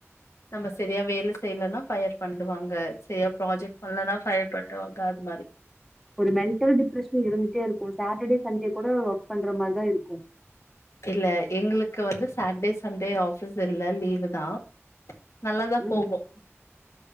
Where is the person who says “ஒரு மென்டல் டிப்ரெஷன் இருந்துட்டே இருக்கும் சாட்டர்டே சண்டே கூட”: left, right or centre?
Centre